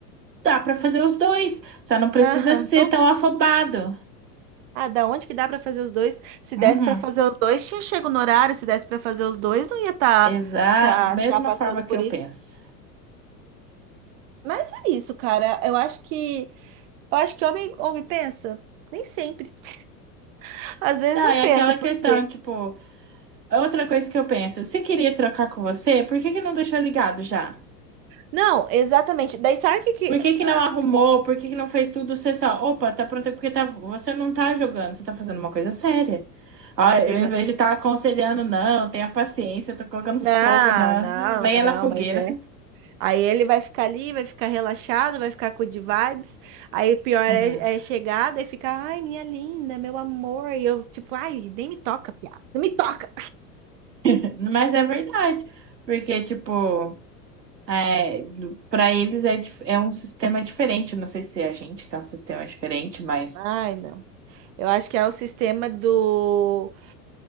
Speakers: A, on the right (about 80°); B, on the right (about 55°).
A: dá pra fazer os dois, só não precisa
B: aham,
A: ser
B: não.
A: tão afobado.
B: Ah, da onde que dá pra fazer os dois? Se
A: Uhum.
B: desse pra fazer os dois, tinha chego no horário. Se desse pra fazer os dois, não ia tá,
A: Exa,
B: tá,
A: mesma
B: tá passando
A: forma que
B: por
A: eu
B: isso.
A: penso.
B: Mas é isso, cara. Eu acho que, eu acho que homem, homem pensa. Nem sempre. <laughs> Às vezes
A: Não,
B: não
A: é
B: pensa,
A: aquela
B: porque
A: questão, tipo, outra coisa que eu penso, se queria trocar com você, por que que não deixou ligado já?
B: Não, exatamente. Daí sabe o que que.
A: Por que que
B: ah,
A: não arrumou? Por que que não fez tudo? Você só, opa, tá pronto, é porque tá, você não tá jogando, você tá fazendo uma coisa séria. Ó, eu,
B: exa-
A: em vez de estar aconselhando, não, tenha paciência, tô colocando fogo
B: Não,
A: na
B: não,
A: lenha na
B: não,
A: fogueira.
B: mas é. Aí ele vai ficar ali, vai ficar relaxado, vai ficar com de vibes. Aí o pior
A: Exato.
B: é, é chegar, daí fica, ai, minha linda, meu amor. E eu, tipo, ai, nem me toca, piada, não me toca.
A: <laughs> Mas é verdade, porque, tipo. É, para eles é, dif- é um sistema diferente. Não sei se é a gente que é um sistema diferente, mas
B: Ai, não. Eu acho que é o sistema do.